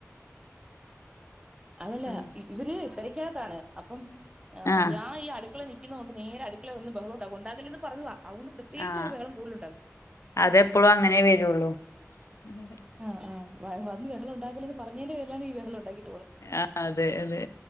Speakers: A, on the right (about 20°); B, on the left (about 70°).
A: അതല്ല
B: ഉം
A: ഇവര് പെരയ്‌ക്കകത്താണ് അപ്പം
B: ആഹ്
A: ഞാൻ ഈ അടുക്കളെ നിക്കുന്ന കൊണ്ട് നേരെ അടുക്കളെ വന്ന് ബഹളം ഉണ്ടാക്കും ഒണ്ടാക്കല്ലെന്ന് പറഞ്ഞതാ അതുകൊണ്ട് പ്രത്യേകിച്ചൊരു
B: ആഹ്
A: ബഹളം കൂടുതലുണ്ടാക്കും
B: അതെപ്പോഴും അങ്ങനെ വരുള്ളൂ <unintelligible>
A: ആഹ് ആഹ് വന്ന് വെഹളം ഉണ്ടാകല്ലെന്ന് പറഞ്ഞേന്റെ പേരിലാണ് ഈ വെഹളം ഉണ്ടാക്കി
B: ആഹ് അതെ അതെ